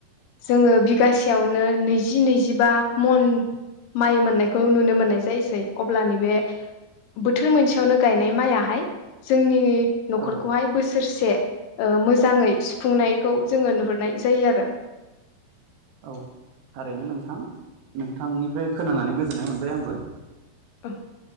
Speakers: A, on the left; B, on the right.
A: जोङो बि गासेयावनो नैजि नैजिबा मन माइ मोननायखौ नुनो मोननाय जायोसै अब्ला नैबे बोथोर मोनसेयावनो गानाय माइयाहाय जोंनिनि न'खर
B: औ
A: खौहाय बोसो सोरसे ओ मोजाङै सुफुंनायखौ जोङो नुहुरनाय जायो आरो।
B: औ थारैनो नोंथां नोंथांनिफ्राय खोनानानै गोजोननाय मोनबाय आंबो।
A: औ